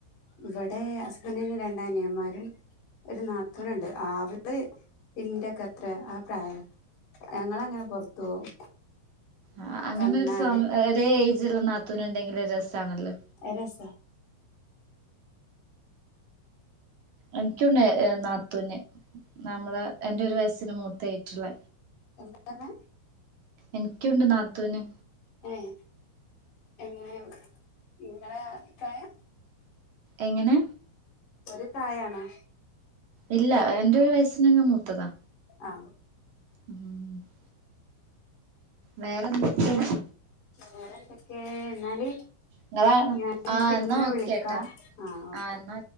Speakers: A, on the left; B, on the right.
A: ഇവിടെ ഹസ്ബ ന്റിന് രണ്ടനി യ ന്മാരും ഒരു നാത്തൂനുണ്ട് ആടെ ന്റെൊക്കെ അത്ര ആ പ്രായം ഞങ്ങൾ അങ്ങനെ പൊറത്തു പോവും
B: ആ അങ്ങനെ
A: വന്നാല്
B: ഒരു ഒരേ ഏജ്ള്ള നാത്തൂന ഉണ്ടെങ്കില് രസാണല്ലോ..
A: അ രസാ
B: എനിക്കുണ്ട് നാത്തൂന് നമ്മള് എന്റെ ഒരു വയസ്സിന് മൂത്തഏറ്റുള്ള
A: എന്താ പറഞ്ഞ
B: എനിക്കുണ്ട് നാത്തുന്
A: യ് എങ്ങനെ ങ്ങളെ അ പ്രായം
B: എങ്ങനെ
A: ഒരു പ്രായണോ
B: ഇല്ല എന്റെ ഒരു വയസ്സന് ങ് മൂത്തതാ
A: ആ
B: ഉ ഉം <inaudible> വേറെ എന്തക്ക
A: വെ റെ എന്തൊക്കെ ന്നാല്..
B: നിങ്ങളാണോ
A: ഞാനേ
B: ആഹ്
A: പിന്നെ
B: എന്നാ ഓക്കേട്ടോ
A: വിളിക്കാ ആ ഓക്കെ..
B: ആഹ് എന്നാ